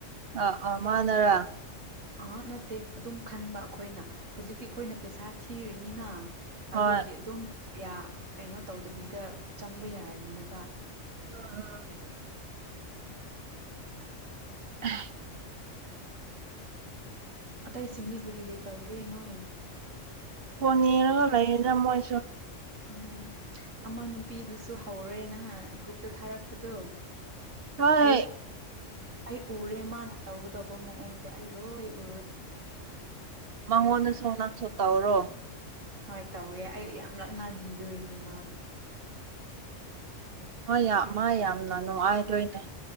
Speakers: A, on the right; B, on the right.
A: ꯑ ꯑ ꯃꯥꯅꯔ
B: ꯑꯥ ꯅꯠꯇꯦ ꯑꯗꯨꯝ ꯈꯟꯕ ꯑꯩꯈꯣꯏꯅ ꯍꯧꯖꯤꯛꯇꯤ ꯑꯩꯈꯣꯏꯅ ꯄꯩꯁꯥ ꯊꯤꯔꯤꯅꯤꯅ
A: ꯍꯣꯏ
B: ꯑꯗꯨꯒꯤ ꯑꯗꯨꯝ ꯀꯩꯅꯣ ꯇꯧꯗꯕꯤꯗ ꯆꯪꯕ ꯌꯥꯔꯅꯦꯕ
A: ꯑꯣ ꯍ
B: <unintelligible>
A: ꯑ
B: ꯑꯇꯩꯁꯤꯡꯗꯤ ꯀꯔꯤ ꯀꯔꯤ ꯇꯧꯒꯦ ꯅꯣꯏ
A: ꯄꯅꯤꯔꯒ ꯂꯩꯌꯦꯗ ꯃꯣꯏꯁꯨ
B: ꯎꯝ ꯑꯃ ꯅꯨꯄꯤꯗꯨꯁꯨ ꯍꯧꯔꯦ ꯅꯪꯅ ꯒ꯭ꯔꯨꯞꯇ ꯊꯥꯔꯛꯄꯗꯣ
A: ꯍꯣꯏ
B: ꯑꯩ ꯑꯩ ꯎꯔꯦ ꯃꯥꯅ ꯇꯧꯒꯗꯧꯕ ꯃꯑꯣꯡꯗꯣ ꯑꯩ ꯂꯣꯏ ꯎꯔꯨꯔꯦ
A: ꯃꯉꯣꯟꯗꯁꯨ ꯅꯪꯁꯨ ꯇꯧꯔꯣ
B: ꯍꯣꯏ ꯇꯧꯋꯦ ꯑꯩ ꯌꯥꯝ ꯂꯛꯅꯕꯤꯗꯣꯏꯅꯦ ꯃꯥꯕꯨ
A: ꯎꯝ ꯃꯥ ꯌꯥꯝꯅ ꯅꯨꯡꯉꯥꯏꯗꯣꯏꯅꯦ